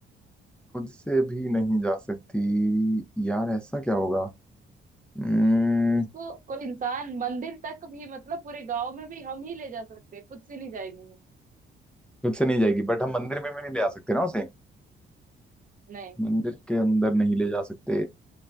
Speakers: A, in the centre; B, on the right.
A: खुद से भी नहीं जा सकती यार ऐसा क्या होगा हम्म,
B: उसको कोई इंसान मंदिर तक भी मतलब पूरे गांव में भी हम ही ले जा सकते हैं खुद से नहीं जाएंगे वो
A: खुद से नहीं जाएगी बट हम मंदिर में भी नहीं ले आ सकते ना उसे
B: नहीं
A: मंदिर के अंदर नहीं ले जा सकते